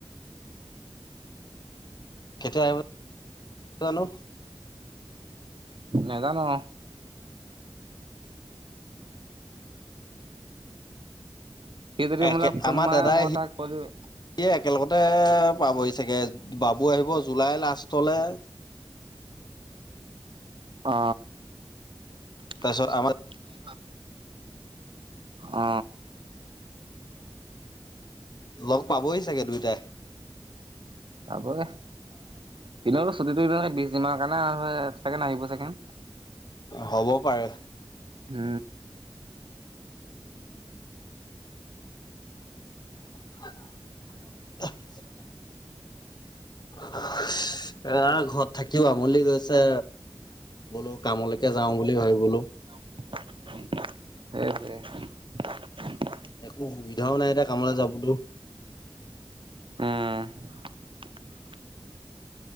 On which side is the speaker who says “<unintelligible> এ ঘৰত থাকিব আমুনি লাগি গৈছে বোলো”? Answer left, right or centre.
Left